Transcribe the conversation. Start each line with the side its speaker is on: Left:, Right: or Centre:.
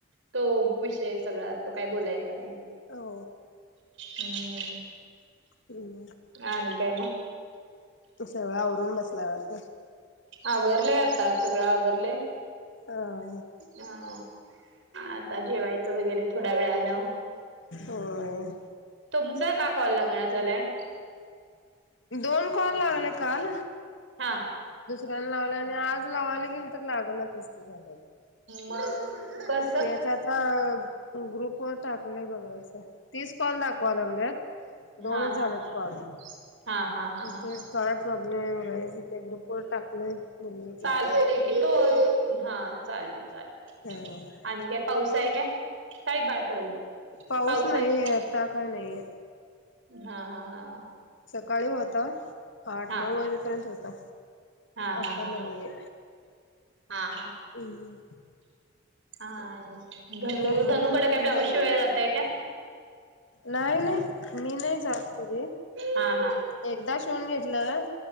Right: तो विषय सगळ्यात तो काय बोलायचा नाही
Left: हो
Right: हम्म
Left: हम्
Right: आणि काय म
Left: सगळं आवरून बसलावरत
Right: आवरले आता सगळं आवरले
Left: हा
Right: हा आता जेवायचं वगैरे थोड्या वेळानं
Left: होय
Right: तुमचा का कॉल लागणार झालाय
Left: दोन कॉल लागले काल
Right: हा
Left: लावलं आणि आज लावायला गेल तर लाग ना तस झालं
Right: मस
Left: त्याच आता ग्रुप वर टाकलंय बघायचं तीच कॉल दाखवा लागल्यात दोनच
Right: हा
Left: झालेत
Right: हा हा.
Left: काल
Right: हा हा हा हा
Left: ते काय प्रॉब्लेम आहे इथ ग्रुप वर टाकलंय बघायचं
Right: चालते
Left: आता
Right: की तो हा चालेल चा
Left: हा
Right: आणि काय पाऊस आहे काय काळी बाळ पडेल बघ
Left: पाऊस नाहीये
Right: आहे का?
Left: आता काय नाहीये
Right: हा हा हा हा
Left: सकाळी होता आठ
Right: हा
Left: नऊ वाजेपर्यंत होता
Right: हा
Left: आता
Right: हा हा
Left: नाहीये
Right: हा हा हा
Left: हम्म
Right: हा धनू
Left: काय
Right: धनुकडे काय ब्लाऊज शिवाय जातय काय
Left: नाही नाही मी नाही जात तरी
Right: हा हा
Left: एकदा शिवून घेतलं